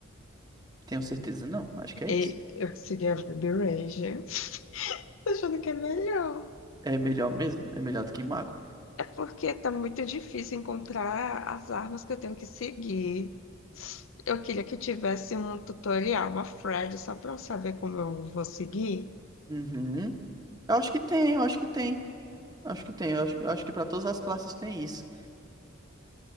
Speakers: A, on the right (about 20°); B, on the left (about 70°).
A: Tenho certeza, não. Acho que é isso.
B: E eu seria a o Ranger, <laughs> Tô achando que é melhor.
A: É melhor mesmo. É melhor do que mago.
B: É porque tá muito difícil encontrar as armas que eu tenho que seguir. Eu queria que eu tivesse um tutorial, uma thread, só para eu saber como eu vou seguir.
A: Uhum. Eu acho que tem, eu acho que tem. Acho que tem. Eu acho, eu acho que pra todas as classes tem isso.